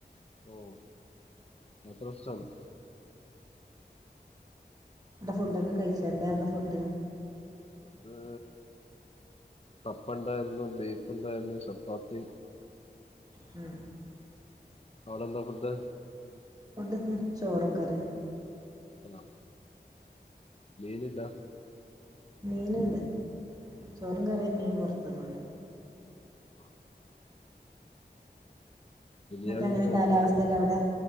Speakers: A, on the left; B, on the right.
A: ഓഹ് യാത്ര ഇഷ്ട്ടാണ്
B: എന്റെ ഫുഡൊക്കെ കഴിച്ചാ എന്തായിരുന്നു ഫുഡ്
A: ഫുഡ് കപ്പ ഇണ്ടായിരുന്നു ബീഫ് ഇണ്ടായിരുന്നു ചപ്പാത്തി
B: ഉം
A: അവിടെ എന്താ ഫുഡ്
B: കൊണ്ടൊക്ക്‌ ചോറും കറിയും
A: ഹലോ മിനില്ല
B: മീനുണ്ട് ചോറും കറീം മീൻ വറുത്തതുണ്ട്
A: വ ബിരിയാണിന്റെ
B: എന്നിട്ട് എങ്ങനെ
A: ഫാൻസാണോ
B: കാലാവസ്ഥയൊക്കെ അവിടെ